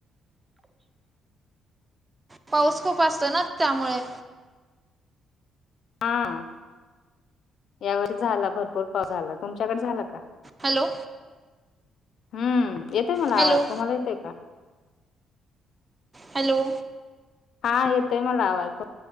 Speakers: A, on the right (about 25°); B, on the left (about 65°).
A: पाऊस खूप असतो ना त्यामुळें.
B: हा, या वर्षी झाला भरपूर पाऊस झाला, तुमच्याकडे झाला का?
A: हॅलो.
B: हम्म, येतोय मला
A: हॅलो
B: आवाज, तुम्हाला येतोय का?
A: हॅलो.
B: हा येतोय मला आवाजं.